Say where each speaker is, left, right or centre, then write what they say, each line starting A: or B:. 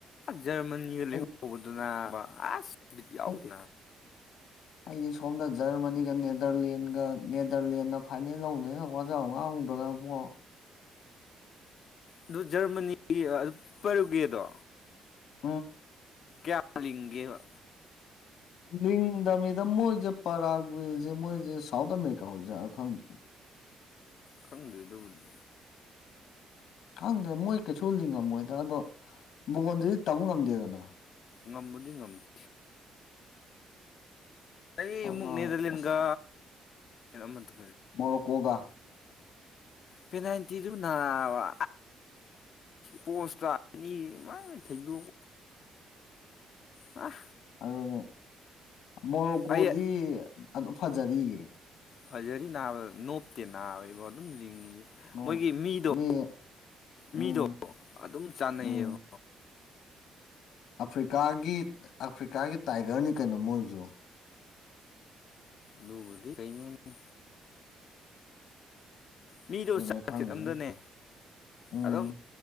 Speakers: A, on the left; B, on the left.
A: ꯖꯔꯃꯅꯤꯒ
B: ꯑꯩ
A: ꯂꯩꯍꯧꯕꯗꯨꯅ ꯑꯁ ꯕꯤꯠ ꯌꯥꯎꯗꯦ
B: ꯑꯩ ꯑꯩꯗꯤ ꯁꯣꯝꯗ ꯖꯔꯃꯅꯤꯒ ꯅꯦꯗꯔꯂꯦꯟꯒ ꯅꯦꯗꯔꯂꯦꯟꯗ ꯐꯥꯏꯅꯦꯜ ꯂꯧꯕꯗꯅ ꯋꯥꯖꯥꯎ ꯉꯥꯡꯗ ꯄ <unintelligible>
A: ꯑꯗꯨ ꯖꯔꯃꯅꯤꯒꯤ ꯑꯗꯨ ꯄꯔꯨꯒꯦꯗꯣ
B: ꯎꯝ
A: ꯀꯌꯥ ꯂꯤꯡꯒꯦꯕ
B: ꯂꯤꯡꯗꯃꯤꯗ ꯃꯣꯏꯁꯦ ꯄꯔꯥ ꯒꯨꯌꯦ ꯃꯣꯏꯁꯦ ꯁꯥꯎꯠ ꯑꯃꯦꯔꯤꯀꯥ ꯑꯣꯏꯕꯖꯥꯠꯂ ꯈꯪꯗꯅ
A: ꯈꯪꯗꯦ ꯑꯗꯨꯕꯨꯗꯤ
B: ꯈꯪꯗꯦ ꯃꯣꯏ ꯀꯩꯁꯨ ꯂꯤꯡꯉꯝꯃꯣꯏ ꯍꯗ ꯑꯗꯣ ꯕꯒꯣꯟꯗꯨꯗꯤ ꯇꯝꯕ ꯉꯝꯗꯦꯗꯅ
A: ꯉꯝꯕꯗꯤ ꯉꯝꯗꯦ ꯑꯩ
B: ꯑꯗꯨꯅ
A: ꯑꯃꯨꯛ ꯅꯦꯗꯔꯂꯦꯟꯒ
B: ꯑꯁ
A: ꯑꯃꯗꯨ
B: ꯃꯣꯔꯣꯀꯣꯒ
A: ꯄꯦꯅꯥꯜꯇꯤꯗꯨ ꯅꯥꯕ ꯄꯣꯁꯇꯥꯅꯤ ꯃꯥꯥꯏ ꯊꯩꯗꯣꯛ ꯑ
B: ꯑꯗꯨꯅꯦ ꯃꯣꯔꯣꯀꯣꯗꯤ
A: ꯑꯩ
B: ꯑꯗꯨꯝ ꯐꯖꯔꯤꯌꯦ
A: ꯐꯖꯔꯤ ꯅꯥꯕ ꯅꯣꯞꯇꯦ ꯅꯥꯕꯕꯣ ꯑꯗꯨꯝ ꯂꯤꯡꯉꯤ
B: ꯎꯝ
A: ꯃꯣꯏꯒꯤ ꯃꯤꯗꯣ
B: ꯃꯤ
A: ꯃꯤꯗꯣ
B: ꯎꯝ
A: ꯑꯗꯨꯝ ꯆꯥꯅꯩꯌꯦꯕ
B: ꯎꯝ ꯑꯐ꯭ꯔꯤꯀꯥꯒꯤ ꯑꯐ꯭ꯔꯤꯀꯥꯒꯤ ꯇꯥꯏꯒꯔꯅꯤ ꯀꯩꯅꯣ ꯃꯣꯏꯁꯨ
A: ꯂꯕꯨꯗꯤ ꯀꯩꯅꯣꯅꯤ ꯃꯤꯗꯣ
B: ꯑꯗꯨꯅ
A: ꯆꯥꯈꯤꯦꯠ
B: ꯈꯪꯗꯦ
A: ꯑꯝꯗꯅꯦ
B: ꯎꯝ
A: ꯑꯗꯨꯝ